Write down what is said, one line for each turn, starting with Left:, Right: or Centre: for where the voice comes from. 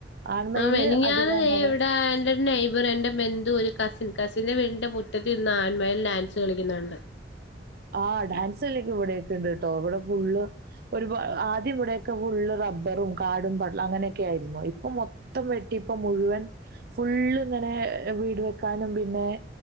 Right: ആൺമയില്
Left: ആഹ് മെനിഞ്ഞാന്ന്
Right: അധികം
Left: ദേ
Right: അങ്ങനെ
Left: ഇവിടെ എന്റെ ഒരു നെയ്ബർ എന്റെ ബന്ധു ഒരു കസിൻ കസിന്റെ വീടിന്റെ മുറ്റത്തിരുന്ന് ആൺമയിൽ ഡാൻസ് കളിക്കുന്ന കണ്ട്.
Right: ആഹ് ഡാൻസ് കളി ഒക്കെ ഇവിടെയൊക്കെ ഇണ്ട്ട്ടോ. ഇവിടെ ഫുള്ള് ഒരു പാ ആദ്യം ഇവിടെയൊക്കെ ഫുള്ള് റബ്ബറും കാടും പടല് അങ്ങനെയൊക്കെ ആയിരുന്നു. ഇപ്പം മൊ ത്തം വെട്ടി പ്പം മുഴുവൻ ഫുള്ള് ങ്ങനെ വീട് വെക്കാനും പിന്നെ